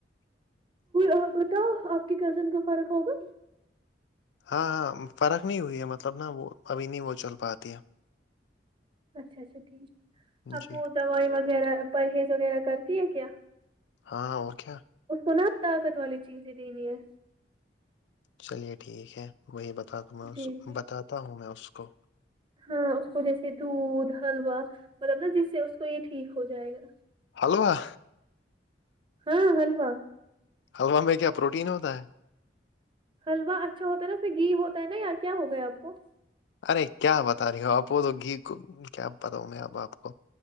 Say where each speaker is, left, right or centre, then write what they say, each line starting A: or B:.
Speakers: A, on the right (about 30°); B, on the left (about 75°).
A: اور بتاؤ آپ کے کزن کا فرق ہوگا
B: ہاں ہاں فرق نہیں ہوئی ہے مطلب نا وہ ابھی نہیں وہ چل پاتی ہے
A: اچھا اچھا ٹھیک
B: ہے
A: اب
B: جی
A: وہ دوائی وغیرہ پرہیز وغیرہ کرتی ہے کیا
B: ہاں اور کیا
A: اس کو نا آپ طاقت والی چیزیں دینی ہے
B: چلیے ٹھیک ہے وہی بتا دوں میں اس
A: جی جی
B: بتاتا ہوں میں اس کو
A: ہاں اس کو جیسے دودھ حلوا مطلب نا جس سے اس کو یہ ٹھیک ہو جائے گا
B: حلوا
A: ہاں ہیلوا
B: حلوا میں کیا پروٹین ہوتا ہے
A: حلوا اچھا ہوتا ہے نا پھر گھی ہوتا ہے نا یا کیا ہو گیا آپ کو
B: ارے کیا بتا رہی ہو آپ وہ تو گھی کو کیا بتاؤں میں اب آپ کو